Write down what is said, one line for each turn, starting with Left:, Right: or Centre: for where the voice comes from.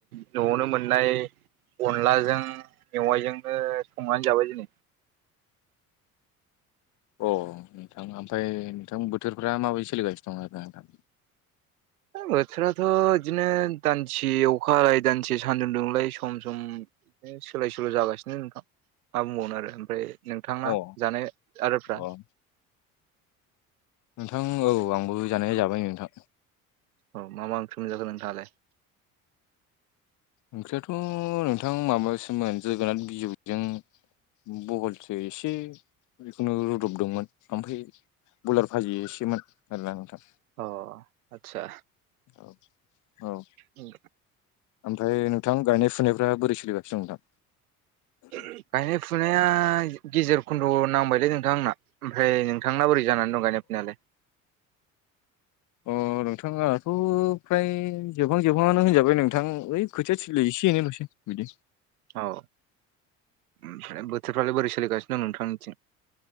Right: न'आवनो मोननाय अनलाजों मेवाइजोंनो संनानै जाबाय दिनै।
Left: अ नोंथां ओमफाय नोंथां बोथोरफ्रा माबायदि सोलिगासिनो दं आरोना नोंथां।
Right: होय बोथोराथ' इदिनो दान्से अखा हालाय दान्से सान्दुं दुंलाय सम सम <unintelligible> सोलाय सोल' जागासिनो नोंथां मा बुंबावनो आरो ओमफ्राय नोंथांना
Left: अ
Right: जानाय आदारफ्रा
Left: अ नोंथां औ आंबो जानाया जाबाय नोंथां
Right: औ मा मा ओंख्रि मोनजाखो नोंथांङालाय
Left: ओंख्रियाथ' नोंथां माबासोमोन जोगोनार बिजौजों बहलसो एसे जिखुनु रुदबदोंमोन ओमफ्राय बयलार भाजि एसेमोन आरोना नोंथां
Right: अ आतसा
Left: औ औ
Right: उम
Left: ओमफ्राय नोंथां गायनाय फुनायफ्रा बोरै सोलिगासिनों नोंथां
Right: गायनाय फुनाया गेजेर खन्द' नांबायलै नोंथां आंना ओमफ्राय नोंथांना बोरै जानानै दं गायनाय फुनायालाय
Left: अ नोंथां आंनाथ' फ्राय जोबहां जोबहांआनो होनजाबाय नोंथां ओइ खोथिया थिलि एसे एनैल'सै बिदि
Right: औ ओमफ्राय बोथोरफ्रालाय बोरै सोलिगासिनो दं नोंथांनिथिं